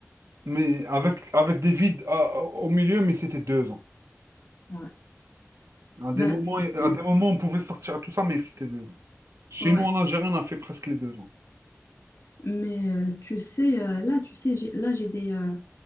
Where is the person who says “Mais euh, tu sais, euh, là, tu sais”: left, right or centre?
Left